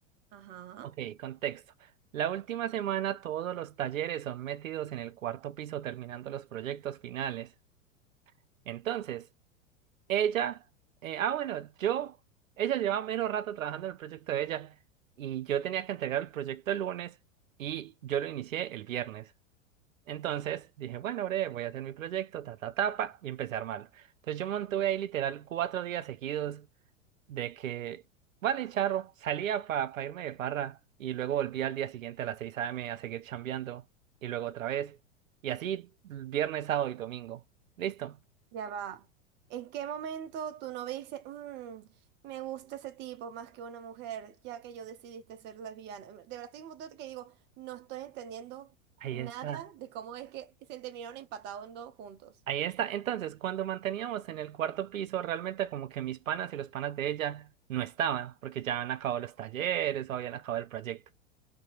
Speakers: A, on the right (about 30°); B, on the right (about 80°).
A: Ajá.
B: Ok, contexto. La última semana todos los talleres son metidos en el cuarto piso terminando los proyectos finales. Entonces, ella, eh, ah bueno, yo, ella llevaba menos rato trabajando en el proyecto de ella y yo tenía que entregar el proyecto el lunes y yo lo inicié el viernes. Entonces dije, bueno, breve, voy a hacer mi proyecto, ta, ta, tapa, y empecé a armarlo. Entonces yo montuve ahí literal cuatro días seguidos de que, vale, charro, salía para irme de farra y luego volvía al día siguiente a las 6 a.m. a seguir chambeando y luego otra vez. Y así viernes, sábado y domingo. Listo,
A: Ya va. ¿En qué momento tu novia dice, "Mm, me gusta ese tipo más que una mujer, ya que yo decidiste ser lesbiana? De verdad, estoy en un punto que digo, no estoy entendiendo
B: ahí
A: nada
B: está.
A: de cómo es que se terminaron empatando juntos.
B: Ahí está. Entonces, cuando manteníamos en el cuarto piso, realmente como que mis panas y los panas de ella no estaban, porque ya habían acabado los talleres o habían acabado el proyecto.